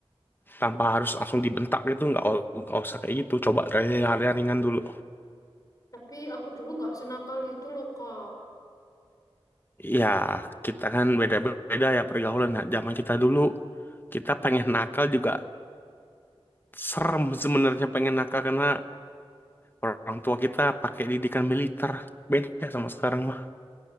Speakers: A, on the left; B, on the left.
A: tanpa harus langsung dibentak gitu. Nggak, nggak usah kayak gitu. Coba dari hal yang ringan dulu.
B: Tapi aku dulu nggak senakal itu loh kak.
A: Ya, kita kan beda-beda ya pergaulan. Nah, zaman kita dulu, kita pengen nakal juga serem sebenarnya pengen nakal karena orang tua kita pakai didikan militer. Beda sama sekarang mah.